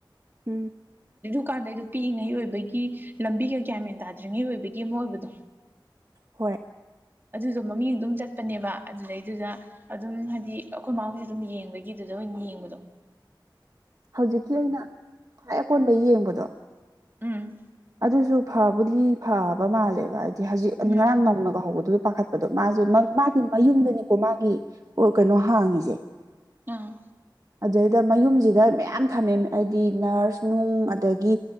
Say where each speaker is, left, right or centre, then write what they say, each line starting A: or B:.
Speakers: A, on the right; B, on the right.
A: ꯑꯝ
B: ꯀꯥꯟꯗꯩ <unintelligible> ꯑꯣꯏꯕꯒꯤ ꯂꯝꯕꯤꯒ ꯒꯔꯥꯟ ꯃꯦꯟ ꯇꯥꯗ꯭ꯔꯤꯉꯩ ꯑꯣꯏꯕꯒꯤ ꯑꯃ ꯑꯣꯏꯕꯗꯣ
A: ꯍꯣꯏꯠ ꯫
B: ꯑꯗꯨꯗꯣ ꯃꯃꯤꯡ ꯑꯗꯨꯝ ꯆꯠꯄꯅꯦꯕ ꯑꯗꯨꯗꯩꯗꯨꯗ ꯑꯗꯨꯝ ꯍꯥꯏꯗꯤ ꯑꯩꯈꯣꯏ ꯃꯥꯥꯍꯣꯏ ꯑꯗꯨꯝ ꯌꯦꯡꯕꯒꯤꯗꯨꯗ <unintelligible> ꯌꯦꯡꯕꯗꯣ
A: ꯍꯧꯖꯤꯛꯀꯤ ꯑꯣꯏꯅ ꯈ꯭ꯋꯥꯏ ꯑꯀꯣꯟꯕꯩ ꯌꯦꯡꯕꯗꯣ
B: ꯑꯝꯝ
A: ꯑꯗꯨꯁꯨ ꯐꯥꯕꯨꯗꯤ ꯐꯕ ꯃꯥꯜꯂꯦꯕ ꯍꯥꯏꯗꯤ ꯍꯧꯖꯤꯛ
B: ꯎꯝ
A: ꯉꯔꯥꯡ ꯅꯧꯅꯒ ꯍꯧꯕꯗꯨ ꯄꯥꯈꯠꯄꯗꯣ ꯃꯥꯁ <unintelligible> ꯃꯥꯒꯤ ꯃꯌꯨꯝꯗꯅꯤꯀꯣ ꯃꯥꯒꯤ ꯍꯣ ꯀꯩꯅꯣ ꯍꯥꯡꯉꯤꯁꯦ
B: ꯑꯥ
A: ꯑꯗꯨꯗꯩꯗ ꯃꯌꯨꯝꯁꯤꯗ ꯃꯌꯥꯝ ꯊꯝꯃꯦ ꯍꯥꯏꯗꯤ ꯅꯔꯁ ꯅꯨꯡ ꯑꯗꯒꯤ